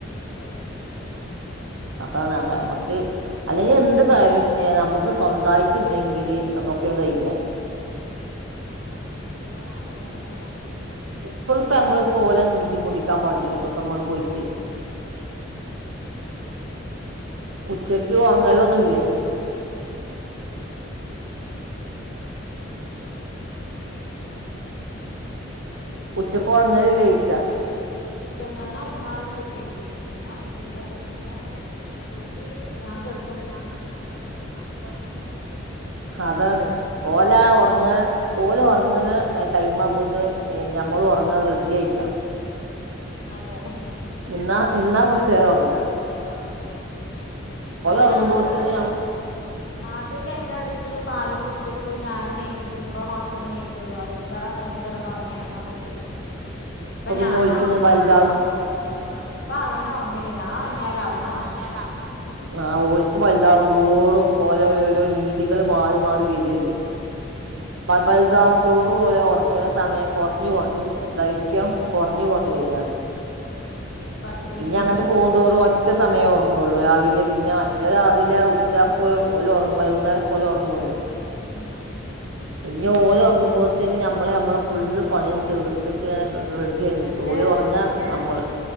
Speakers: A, on the left; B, on the right.
A: കഴിയില്ല <inaudible>
B: അതാണ് അപ്പ നമ്മക്ക് അല്ലെങ്കിൽ എന്ത് കാര്യോം നമുക്ക് സ്വന്തായിട്ടിണ്ടെങ്കില് നമുക്ക് ധൈര്യാണ്.
A: അതെ പിന്നെ ആരെങ്കി നമുക്ക് നോക്കാം
B: <unintelligible> ബുദ്ധിമുട്ടി ക്കാൻ പാടില്ലല്ലോ ഇപ്പമ്മള് പോയിട്ട് ഉച്ചക്ക് അങ്ങലൊന്നുവില്ലേ
A: ഉം
B: ഉച്ചക്ക്
A: ഹലോ
B: ഉറങ്ങലില്ലേക്ക
A: ഉച്ചക്ക് ഞാൻ ഉറങ്ങാറുണ്ട് ഉച്ചക്ക് ഇന്ന് ഉറങ്ങിയില്ല ഇന്ന് കുട്ടി ഞാൻ കെടു
B: ഞാൻ കെടുക്കുമ്പോളേക്കും അവന്റെ ഉറക്കം കഴിഞ്ഞു അതാണ് ഓല് ഉറങ്ങുവാ ഓല് ഉറങ്ങണ ടൈം ആവുമ്പോത്തെ ഞമ്മളും ഉറങ്ങാൻ റെഡി ആയിക്കണം
A: അതെ
B: ഇന്നാ ഇന്നാ കുസ് തെ ഒറങ്ങാ
A: ഒറങ്ങുക അവൻ
B: ഉറങ്ങുമ്പോത്തിന്
A: ആദ്യോക്കെ ആദ്യൊക്കെ എന്റെ അടുത്ത് പാലും കുടിച്ചിട്ട് ഞാന് എണീക്കുമ്പോ മാത്രേ എണീക്കുള്ളൂ അത്ര നേരം കിടന്ന് ഉറങ്ങിയാർന്ന കുട്ടിയാ ഇപ്പൊ
B: പിന്നെ
A: ഞാന
B: ഓൽക്ക് ഇങ്ങനെ വലുതാവും
A: ആ ഇപ്പൊ അവന് ഉറങ്ങില്ല ഞാൻ ഉറങ്ങിയാലും
B: അവൻ ഉറങ്ങില്ല
A: അവന്
B: ഞാൻ
A: ഉറങ്ങില്ല
B: ഇങ്ങിയാലേ അവനുറങ്ങൂള്ളു ആ ഓല്ക്ക് വലുതാവുംതോറും ഓരോ ഓരോ രീതികള് മാറി മാറി വരികല്ലേ വലുതാവുംതോറും ഓല് ഉറക്കുന്ന സമയം കുറഞ്ഞ് കുറഞ്ഞ് വരുക അതായി ക്കും
A: ആഹ്
B: കുറഞ്ഞ് കുറഞ്ഞ് വരുവാണ്
A: അതന്നെ ഇപ്പ കുറുമ്പം
B: ഇനി അങ്ങട്ട്
A: കൂടുതലാ
B: പോകന്തോറും ഒറ്റ സമയൊ ഉറങ്ങുള്ളൂ രാവിലെ പിന്നെ മറ്റേ രാവിലെ ഉച്ചക്കോഓല ഉറങ്ങും വൈകുന്നേരം ഓലൊറങ്ങുല്ലോ
A: ഉം
B: ഇനി ഓല് ഉറങ്ങുമ്പോത്തേന് ഞമ്മള് ഞമ്മടെ ഫുള് പണിയും തീർത്തിട്ടിങ്ങനെ റെഡി ആയി നിക്കുവാ
A: മറ്റേ
B: ഓല് ഉറങ്ങാൻ നമ്മള്